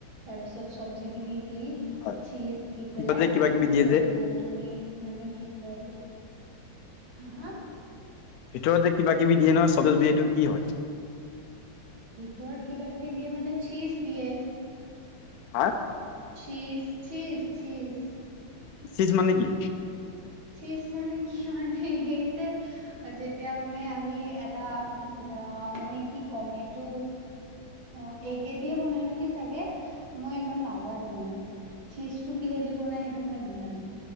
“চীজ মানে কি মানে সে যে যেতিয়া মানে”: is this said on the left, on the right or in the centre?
Right